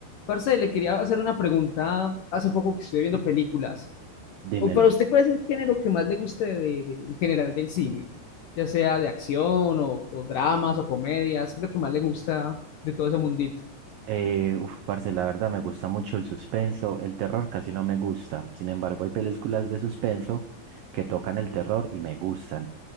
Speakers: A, on the left; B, on the right.
A: Parce, le quería hacer una pregunta hace poco que estuve viendo películas.
B: Dímelo.
A: ¿O para usted cuál es el género que más le guste de, de- en general del cine? Ya sea de acción o, o dramas o comedias, ¿qué es lo que más le gusta de todo ese mundito?
B: Eh, uf, parce, la verdad me gusta mucho el suspenso, el terror casi no me gusta. Sin embargo, hay películas de suspenso que tocan el terror y me gustan.